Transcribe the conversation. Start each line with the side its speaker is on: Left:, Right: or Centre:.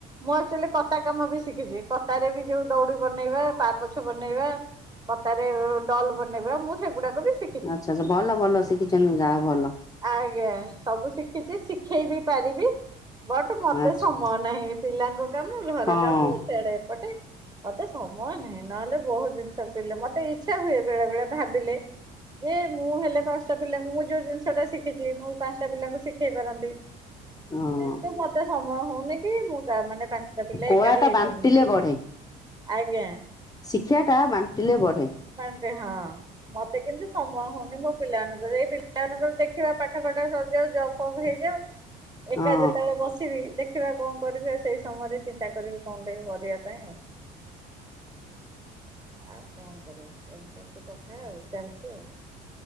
Right: ମୁଁ ଆକଚୁଆଲି କତା କାମ ବି ଶିଖିଛି। କତାରେ ବି ଯୋଉ ଦଉଡି ବନେଇବା ପାପଛ ବନେଇବା କତାରେ ଡଲ ବନେଇବା ମୁଁ ସ ସେଗୁଡା କ ବି ସି
Left: ଆଚ୍ଛା ଆଛା ଭଲ ଭଲ ଶିଖିଛନ୍ତି ଯା ହଉ ଭଲ।
Right: ଆଜ୍ଞା ସବୁ ଶିଖିଛି ଶିଖେଇ ବି ପାରିବି। ବଟ୍ ମତେ
Left: ଆଚ୍ଛା
Right: ସମୟ ନାହିଁ ପିଲାଙ୍କ କାମ ଘର
Left: ହଁ।
Right: କାମ ସିଆଡେ ଏପଟେ। ମତେ ସମୟ ନାହିଁ ନହେଲେ ବହୁତ ଜିନିଷ ପିଲେ ମତେ ଇଚ୍ଛା ହୁଏ ବେଳେ ବେଳେ ଭାବିଲେ। ଯେ ମୁଁ ହେଲେ ପାଞ୍ଚଟା ପିଲାଙ୍କୁ ମୁଁ ଯୋଉ ଜିନିଷ ଟା ଶିଖିଛି ମୁଁ ପାଞ୍ଚଟା ପିଲାଙ୍କୁ ଶିଖେଇ ପାରନ୍ତି।
Left: ହଁ
Right: କିନ୍ତୁ ମତେ ସମୟ ହଉନି କି ମୁଁ କା ମାନେ ପାଞ୍ଚଟା ପିଲା
Left: କୋଳା
Right: ଏକାଠି
Left: ଟା
Right: ହେଇ
Left: ବାଣ୍ଟିଲେ
Right: ପାରୁନାହାନ୍ତି।
Left: ବଢେ
Right: ଆଜ୍ଞା।
Left: ଶିକ୍ଷା ଟା ବାଣ୍ଟିଲେ ବଢେ।
Right: ବାଣ୍ଟେ ହଁ। ମତେ କିନ୍ତୁ ସମୟ ହଉନି ମୋ ପିଲାମାନଙ୍କର ଏଇ ପିଲା ମାନଙ୍କର ଦେଖିବା ପାଠ ଫାଠ ସରିଯାଉ ଜବ୍ ଫବ୍ ହେଇଯାଉ। ଏକା
Left: ହଁ
Right: ଯେତେବେଳେ ବସିବି ଦେଖିବା କଣ କରିବି ଆଉ ସେଇ ସମୟରେ ଚିନ୍ତା କ କରିବି କଁ ଟିକେ କରିବା ପାଇଁ ଆଉ ଆଉ କଣ କରିବା। ଏମତି ଏମିତି କଥା ଆଉ ଚାଲିଛି ଆଉ।